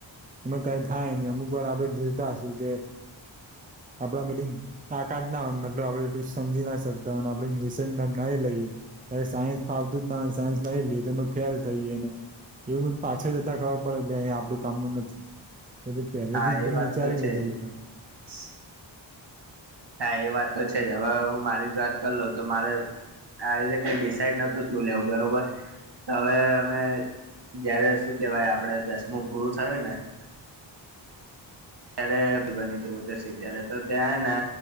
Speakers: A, on the right; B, on the right.
A: એમાં કંઈ થાય નહી અમુક વાર આપણે જોઈતા હશું કે આપડા માં એટલી તાકાત ના હોય મતલબ આપડે એટલું સમજી ના શકતા અને આપણે નિષન ના એ લઈએ. હવે સાયન્સ ફાવતું જ ના હોય ન સાયન્સ લઈ લઈએ તો એમા ફેલ થઈએ ને એવું બધ પાછળ જતા ખબર અહી આપણું કામનું નથી. એટલે પેલેથી
B: હા
A: જ
B: એ
A: <unintelligible>
B: વાત
A: વિચારીન
B: તો છે
A: લીધેલું
B: જ
A: હોય.
B: <unintelligible> હા એ વાત તો છે જ હવે હું મારી જ વાત કર લઉ તો મારે આવી રીતે કઈ ડિસાઇડ નતું થયું લેવું બરોબર. તો હવે અમે જયારે શું કેવાય આપડે દસમું પૂરું થયુંને ત્યારે <unintelligible> બનીતી ઓજશ વિદ્યાલય તો ત્યાંને